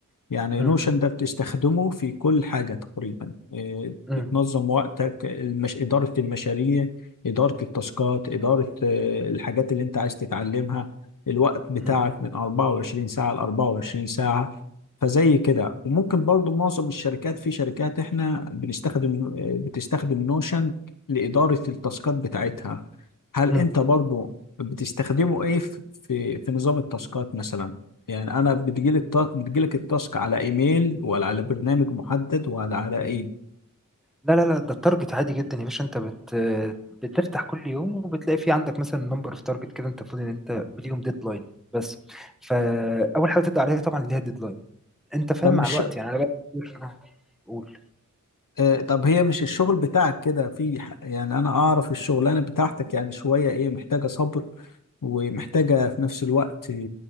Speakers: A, on the left (about 75°); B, in the centre.
A: يعني
B: امم
A: نوشن ده بتستخدمه في كل حاجة تقريبا إيه،
B: امم
A: بتنظم وقتك المش... إدارة المشاريع إدارة التاسكات إدارة آه، الحاجات اللي أنت عايز تتعلمها الوقت بتاعك
B: امم
A: من 24 ساعة ل 24 ساعة فزي كده وممكن برضو معظم الشركات في شركات احنا بنستخدم آه، بتستخدم نوشن لإدارة التاسكات بتاعتها هل
B: امم.
A: أنت برضو بتستخدمه إيه في في في نظام التاسكات مثلا؟ يعني انا بتجيلي التاسك بتجيلك التاسك على ايميل ولا على برنامج محدد ولا على ايه
B: لا لا لا ده التارجت عادي جدا يا باشا انت بت بتفتح كل يوم وبتلاقي في عندك مثلا نمبر اوف تارجت كده انت المفروض ان انت ليهم ديدلاين بس فاول حاجه تبدا عليها طبعا اللي هي الديدلاين انت فاهم
A: طب مش
B: مع الوقت يعني انا بقى كتير أنا اقول
A: آه طب هي مش الشغل بتاعك كده في ح- يعني انا اعرف الشغلانه بتاعتك يعني شويه ايه محتاجه صبر ومحتاجه في نفس الوقت آه،